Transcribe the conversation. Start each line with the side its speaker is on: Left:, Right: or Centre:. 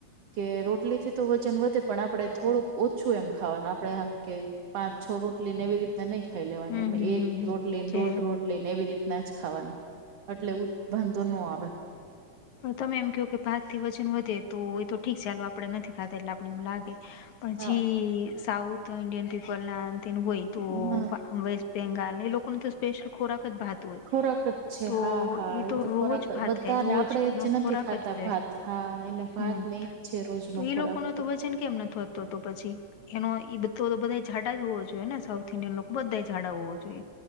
Right: કે રોટલીથી તો વજન વધે પણ આપડે થોડુંક ઓછું એમ ખાવાનું આપડે આમ કે પાંચ છ રોટલી ને એવી રીતે તને ખાઈ લેવાની
Left: હમ
Right: એમા
Left: હમ
Right: એક
Left: હમ હમ
Right: રોટલી ને
Left: છે
Right: દોઢ રોટલી ને એવી રીતના જ ખાવાની. એટલે ઉ વાંધો ના આવે.
Left: તમે એમ કહો કે ભાત થી વજન વધે તો એ તો ઠીક છે ચાલો આપડે નથી ખાતા એટલે આપણને એમ લાગે પછી
Right: હ
Left: સાઉથ ઈન્ડિયન પીપલના આ તેન હોય તો
Right: હ
Left: વેસ્ટ બેંગાલી લોકોને તો સ્પેશિલ ખોરાક જ ભાત હો
Right: ખોરાક જ છે
Left: તો
Right: હા હા
Left: એ તો રોજ
Right: ખોરાક
Left: ભાત
Right: બધાને
Left: ખાય રોજ
Right: આપડે
Left: એનો
Right: જ નથી
Left: ખોરાક
Right: ખાતા
Left: જ
Right: ભાત હા એને ભાત
Left: <inaudible> એ
Right: ને ઈજ છે રોજ નો ખોરાક
Left: લોકો ન તો વજન કેમ નથી? એ તો તો પછી એનુ ઈ બધા જાડા જ હોવા જોઈએ ને સાઉથ ઇન્ડિયનના બધા જાડા હોવો જોઈએ